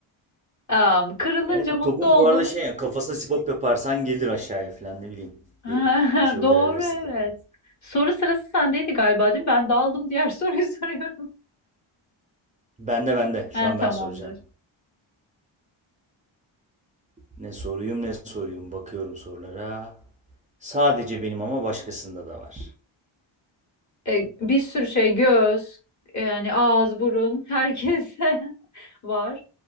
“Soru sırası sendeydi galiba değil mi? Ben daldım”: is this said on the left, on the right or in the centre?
Left